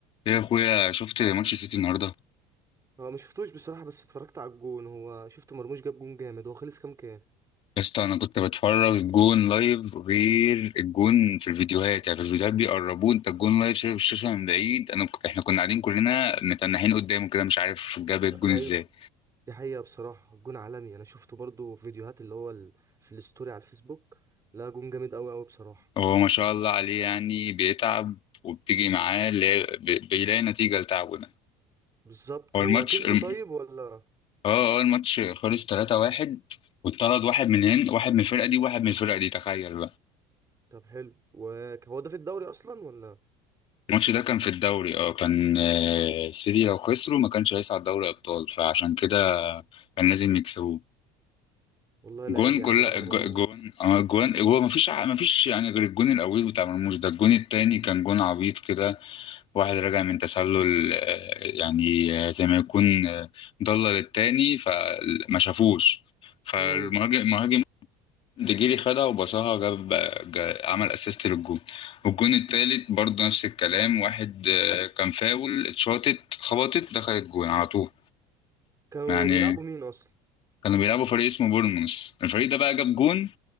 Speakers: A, on the left; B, on the right.
A: يا اخويا شفت ماتش السيتي النهارده
B: هو ما شفتوش بصراحة بس اتفرجت على الجون هو شفت مرموش جاب جون جامد هو خلص كام كام
A: يا اسطى انا كنت بتفرج الجون لايف غير الجون في الفيديوهات يعني في الفيديوهات بيقربوه انت الجون لايف شايف الشاشه من بعيد انا ك- احنا كنا قاعدين كلنا متنحين قدامه كده مش عارف جاب الجون
B: ايوه
A: ازاي
B: دي حقيقة بصراحة الجون عالمي انا شفته برضو في فيديوهات اللي هو ال... في الستوري على الفيسبوك لا جون جامد قوي قوي بصراحة
A: هو ما شاء الله عليه يعني بيتعب وبتيجي معاه اللي هي ب- بيلاقي نتيجه لتعبه ده
B: بالظبط
A: هو
B: هو
A: الماتش
B: كسبه
A: الم-
B: طيب ولا
A: اه اه الماتش خلص 3-1 واتطرد واحد من هنا واحد من الفرقه دي واحد من الفرقه دي تخيل
B: طب حلو وهو ده في الدوري اصلا ولا
A: الماتش ده كان في الدوري اه كان آه، السيتي لو خسروا ما كانش هيصعد دوري ابطال فعشان كده كان لازم يكسبوه
B: والله
A: جون
B: لعيب يا
A: كل
B: عم عمر مرموش
A: جو- جون اه جون هو ما فيش ما فيش يعني غير الجون الاول بتاع مرموش ده الجون التاني كان جون عبيط كده واحد راجع من تسلل آه، يعني آه، زي ما يكون آه، ضلل التاني فما شافوش فالمهاجم
B: امم
A: ديجيري خدها وبصاها جاب جا- عمل اسيست للجون والجون التالت برضه نفس الكلام واحد آه، كان فاول اتشاطت خبطت دخلت جون على طول
B: كانوا
A: يعني
B: بيلعبوا مين اصلا
A: كانوا بيلعبوا فريق اسمه بورنموث الفريق ده بقى جاب جون